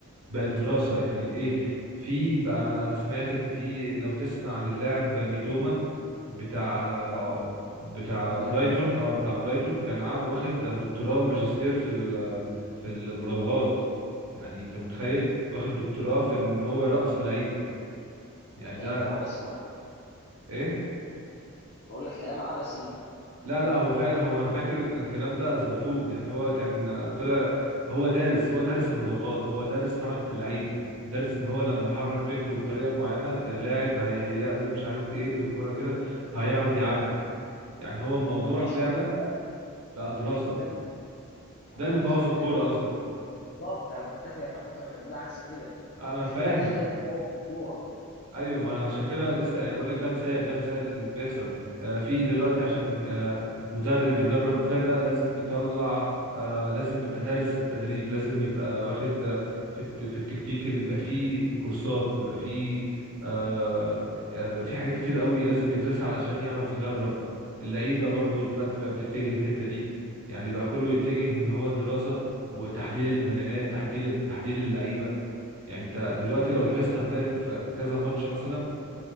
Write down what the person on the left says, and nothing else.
اه
مع برايتون
كلام
عبثي طبعا
بقول لك كلام عبثي
ما انا اشوف
ان ده
انا اشوف ان ده بت- انا
اشوف ان
ده
بالظبط انا بتفق انا فكرك هتقول عكس كده
انا اشوف
ان دي حقيقه كوره
انت
فاهم انا